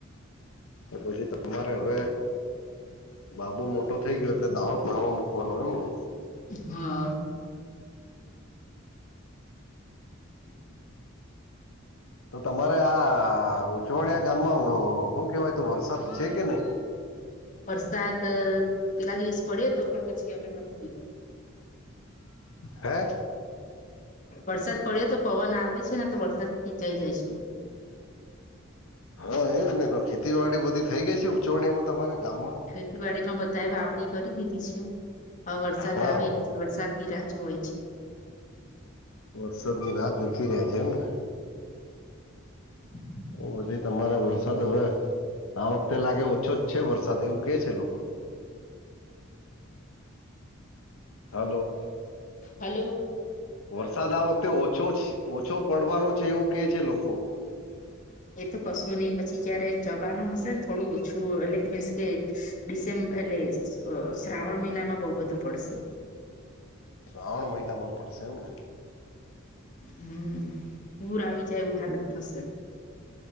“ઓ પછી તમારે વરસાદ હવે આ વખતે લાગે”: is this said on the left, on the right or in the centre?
Left